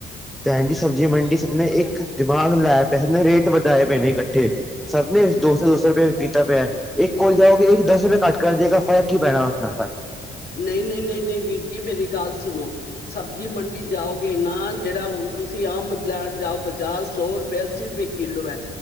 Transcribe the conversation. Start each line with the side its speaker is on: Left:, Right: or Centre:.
Centre: ਭੈਣ ਜੀ ਸਬਜੀ ਮੰਡੀ ਸ ਨੇ ਇੱਕ ਦਿਮਾਗ ਲਾਇਆ ਪਿਆ ਨੇ ਰੇਟ ਵਧਾਏ ਪਏ ਨੇੱ ਸਭ ਨੇ ਦੋਸ ਦੋਸੌ ਰੁਪਏ ਕੀਤਾ ਪਿਆ ਇੱਕ ਕੋਲ ਜਾਓਗੇ ਇੱਕ ਦਸ ਰੁਪਏ ਘੱਟ ਕਰ ਦੇਗਾ ਫਰਕ ਕੀ ਪੈਣਾ ਉਸ ਨਾਲ ਸਾਨੂੰ
Left: ਨਹੀਂ ਨਹੀਂ ਨਹੀਂ ਨਹੀਂ ਵੀਰ ਜੀ ਮੇਰੀ ਗੱਲ ਸੁਣੋ ਸਬਜ਼ੀ ਮੰਡੀ ਜਾਓਗੇ ਨਾ ਜਿਹੜਾ ਹੁਣ ਤੁਸੀਂ ਆਮ ਜਾਨ ਜਾਓ ਬਾਜਾਰ ਸੌ ਰੁਪਏ ਸੀਧੇ ਕਿਲੋ ਹੈ